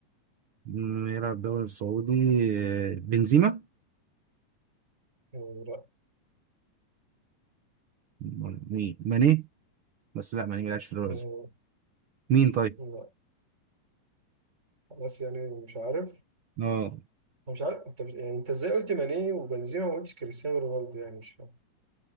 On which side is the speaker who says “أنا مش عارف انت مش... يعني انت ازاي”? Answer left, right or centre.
Right